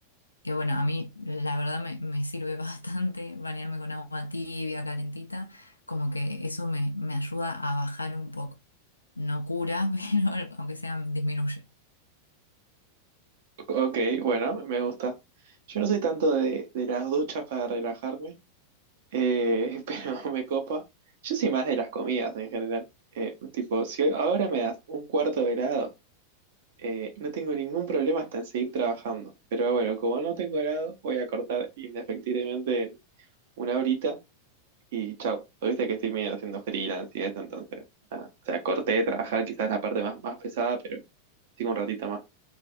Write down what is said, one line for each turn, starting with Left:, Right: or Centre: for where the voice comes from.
Left: que bueno, a mí la verdad me, me sirve <laughs> bastante bañarme con agua tibia, calentita, como que eso me, me ayuda a bajar un poco no cura, <laughs> pero aunque sea disminuye.
Right: Ok, bueno, me gusta. Yo no soy tanto de, de las duchas para relajarme. Eh, <laughs> pero me copa. Yo soy más de las comidas en general. Eh, tipo, si hoy- ahora me das un cuarto de helado, eh, no tengo ningún problema hasta en seguir trabajando. Pero bueno, como no tengo helado, voy a cortar inefectivamente en una horita y chau. Pues Viste que estoy medio haciendo freelance y eso, entonces. O sea, corté de trabajar quizás la parte más, más pesada, pero sigo un ratito más.